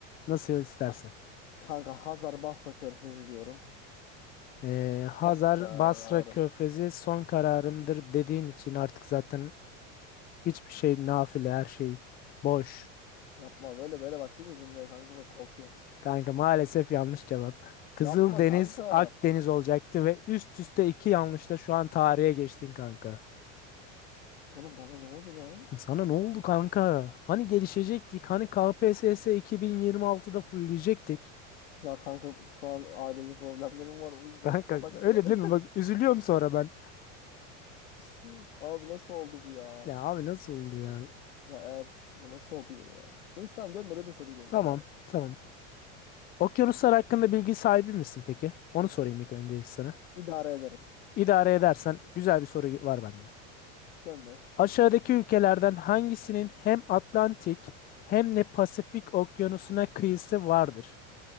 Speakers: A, on the left; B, on the left.
A: Nasıl istersen.
B: Ha- kanka Hazar Bafra Körfezi diyorum.
A: Ee,
B: Son
A: Hazar
B: karar.
A: Basra Körfezi son kararımdır dediğin için artık zaten hiçbir şey nafile her şey boş.
B: Yapma böyle böyle başlayınca cümleye kanka bak korkuyorum.
A: Kanka maalesef yanlış cevap. Kızıldeniz
B: Yapma kanka.
A: Akdeniz olacaktı ve üst üste iki yanlışla şu an tarihe geçtin kanka.
B: Oğlum bana ne oldu lan?
A: Sana ne oldu kanka? Hani gelişecektik? Hani KPSS 2026'da fulleyecektik?
B: Ya kanka şu an ailevi problemlerim var o yüzden
A: Kanka
B: odaklanamıyorum.
A: öyle değil mi? Bak üzülüyorum sonra ben.
B: <laughs> Abi nasıl oldu bu ya?
A: Ya abi nasıl oldu ya?
B: Ya Ers bu nasıl oluyor ya? Neyse tamam gönder öbür soruyu gönder
A: Tamam
B: abi.
A: tamam. Okyanuslar hakkında bilgi sahibi misin peki? Onu sorayım ilk önce ilk sana.
B: İdare ederim.
A: İdare edersen güzel bir soru var bende.
B: Gönder.
A: Aşağıdaki ülkelerden hangisinin hem Atlantik hem de Pasifik okyanusuna kıyısı vardır?